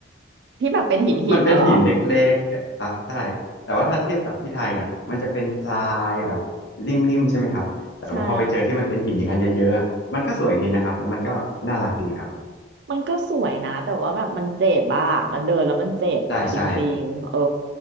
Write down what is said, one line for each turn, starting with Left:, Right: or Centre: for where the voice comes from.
Right: พี่แบบเป็นหินหินนะเหรอ
Left: มันเป็นหินเล็กๆอะครับใช่แต่ว่าถ้าเทียบกับที่ไทยอ่ะมันจะเป็นทรายแบบนิ่มๆใช่ไหมครับแต่ว่าพอไปเจอที่มันเป็นหินอย่างนั้นเยอะๆอะมันก็สวยดีนะครับแล้วมันก็น่ารักดีครับ
Right: ใช่ มันก็สวยนะแต่ว่าแบบมันเจ็บอะมันเดินแล้วมันเจ็บจริงๆเออ
Left: ใช่ใช่